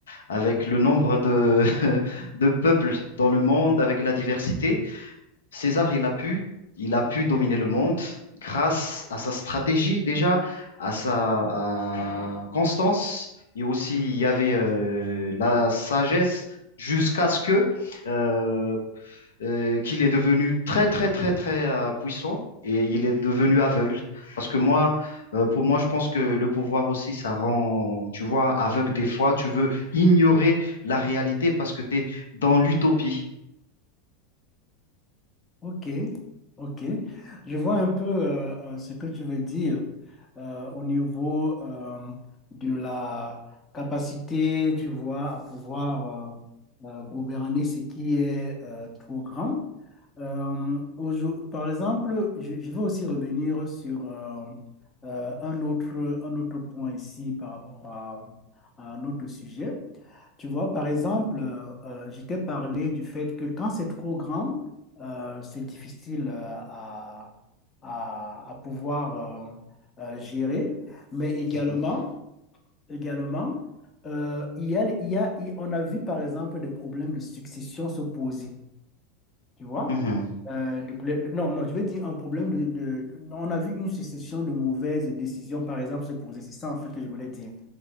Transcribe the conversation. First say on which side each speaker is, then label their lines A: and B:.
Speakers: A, on the left; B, on the left.
A: avec le nombre de, <laughs> de peuples dans le monde, avec la diversité? César, il a pu, il a pu dominer le monde grâce à sa stratégie déjà, à sa à constance. Et aussi, il y avait euh, la sagesse jusqu'à ce que euh, euh, qu'il est devenu très, très, très, très euh, puissant et il est devenu aveugle. Parce que moi, euh, pour moi, je pense que le pouvoir aussi, ça rend, tu vois, aveugle des fois. Tu veux ignorer la réalité parce que tu es dans l'utopie.
B: Ok, ok. Je vois un peu euh, euh, ce que tu veux dire euh, au niveau euh, de la capacité, tu vois, à pouvoir euh, euh, gouverner ce qui est euh, trop grand. Euh, aujourd- par exemple, je, je veux aussi revenir sur euh, euh, un autre, un autre point ici par rapport à, à notre sujet. Tu vois, par exemple, euh, euh, je t'ai parlé du fait que quand c'est trop grand, euh, c'est difficile euh, à, à, à pouvoir euh, euh, gérer. Mais également,
A: Mhm.
B: également euh, il y a, il y a- il- on a vu par exemple des problèmes de succession se poser, tu vois?
A: Mhm,
B: Euh, des problèmes- non, non, je veux dire un problème de, de- de- On a vu une succession de mauvaises décisions, par exemple, se poser. C'est ça en fait que je voulais dire.